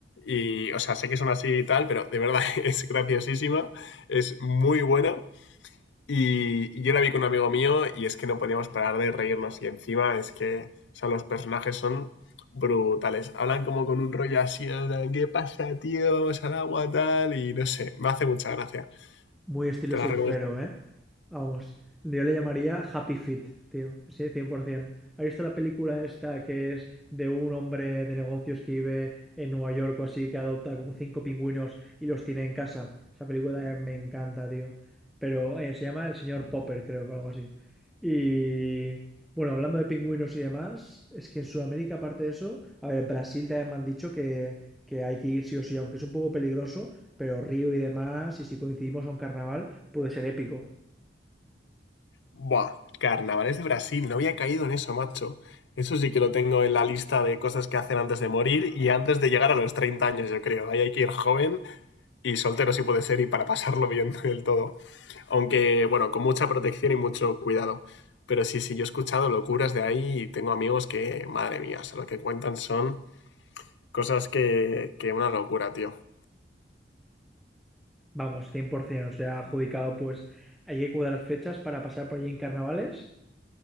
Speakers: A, on the left (about 85°); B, in the centre.
A: Y, o sea, sé que son así y tal, pero de verdad <laughs> es graciosísima, es muy buena. Y, y yo la vi con un amigo mío y es que no podíamos parar de reírnos. Y encima es que, o sea, los personajes son brutales. Hablan como con un rollo así, en plan, ¿qué pasa, tío? Vamos al agua, tal. Y no sé, me hace mucha gracia.
B: Muy estilo
A: Te
B: surfero,
A: la recomiendo.
B: ¿eh? Vamos, yo le llamaría Happy Feet, tío, sí, 100%. ¿Has visto la película esta que es de un hombre de negocios que vive en Nueva York o así, que adopta como cinco pingüinos y los tiene en casa? Esa película también me encanta, tío. Pero eh, se llama El señor Popper, creo que algo así. Y bueno, hablando de pingüinos y demás, es que en Sudamérica, aparte de eso, a ver, Brasil también me han dicho que, que hay que ir sí o sí, aunque es un poco peligroso, pero Río y demás, y si coincidimos en carnaval, puede ser épico.
A: Buah, carnavales de Brasil. No había caído en eso, macho. Eso sí que lo tengo en la lista de cosas que hacer antes de morir y antes de llegar a los 30 años, yo creo. Ahí hay que ir joven y soltero si puede ser y para pasarlo bien <laughs> del todo. Aunque, bueno, con mucha protección y mucho cuidado. Pero sí, sí, yo he escuchado locuras de ahí y tengo amigos que, madre mía, o sea, lo que cuentan son cosas que, que una locura, tío.
B: Vamos, 100%. O sea, adjudicado, pues hay que cuadrar fechas para pasar por allí en carnavales